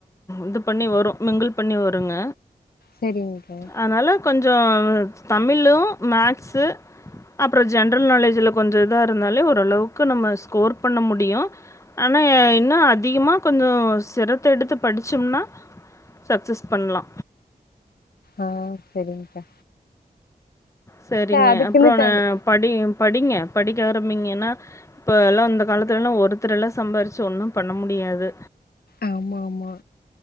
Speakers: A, on the left; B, on the left.
A: இது பண்ணி வரு மிங்கிள் பண்ணி வருங்க
B: சரிங்கா
A: அனால கொஞ்சோ தமிழு மேக்ஸு அப்றோ ஜென்ரல் நாலேஜ்ல கொஞ்சோ இதா இருந்தாலே ஓரளவுக்கு நம்ம ஸ்கோர் பண்ண முடியு ஆனா இன்னா அதிகமா கொஞ்சோ சிரத்த எடுத்து படிச்சம்னா சக்ஸஸ் பண்ணலா
B: ஆ செரிங்கா
A: சேரிங்க
B: அதுக்குன்னு
A: அப்றோ என்ன
B: தனி
A: படி படிங்க படிக்க ஆரம்பிங்கன்னா இப்ப எல்லா இந்த காலத்துலல்லா ஒருத்தர் எல்லா சம்பாதிச்சி ஒன்னு பண்ண முடியாது
B: ஆம் ஆமா